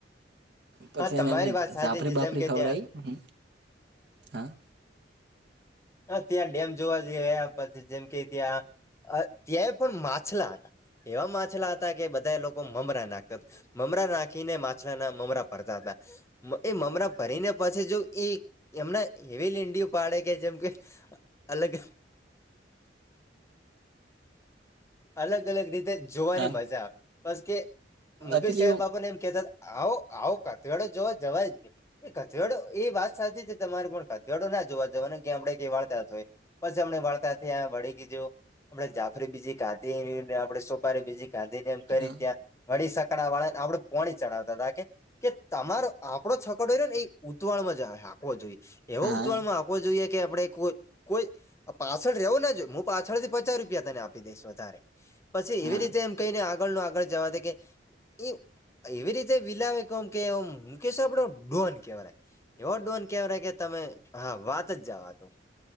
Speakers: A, on the right; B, on the left.
A: પછી
B: હા
A: એને
B: તમારી
A: અમે
B: વાત સાચી
A: જાફરી
B: છે
A: બાફરી
B: જેમ કે
A: ખવરાવી
B: ત્યાં
A: હ હા
B: હ ત્યાં ડેમ જોવા જયા પછી જેમ કે ત્યાં અ ત્યાંય પણ માછલા હતા એવા માછલા હતા કે બધા લોકો મમરા નાખતા મમરા નાખીને માછલા ના મમરા ફરતા હતા એ મમરા ભરીને પછી જો એ એમના હવી લન્ડીય પાડે કે જેમ કે. અલગ અલગ અલગ રીતે જોવાની
A: હા
B: મજા આવે બસ કે મુકેશ
A: અ પેલી
B: સાહેબ
A: ઓમ-
B: આપને એમ કેતા આવ આવો કથરળો જોવા જવા જ નહી એ ળો એ વાત સાચી છે તમારે પણિયાળો ના જોવા જવાનુંને કે આપડે કઈ વાળતા હોય પછી આપણે વાળતા વળી ગીધું આપ જાફરી બીજી કાંધી આપે સોપારી બીજી ગાંધી ને એમ કરીને
A: હા
B: ત્યાં વળી સકડા વાળાને આપડું પોણી ચડાવતા હતા કે તમારો આપડો છકડો રીયોને ને ઈ ઉતવાળ માં હાકવો જોઈએ એવા
A: હા
B: ઉતવાળ માં હાકવો જોઈએ આપ કોઈ કોઈ પાછળ રહેવું ન જોઈ હું પાછળ થી પચાસ રૂપિયા એમને આપુ આપી દઈશ વધારે પછી
A: હા
B: એવી રીતે એમ કહીને આગળ ન આગળ જવા દે કે એ એવી રીતે વિલાવે કમ કે મુકેશ આપડો ડોન કેહેવાય એવો ડોન કેવા ર કે તમે હા વાત જ જવાદો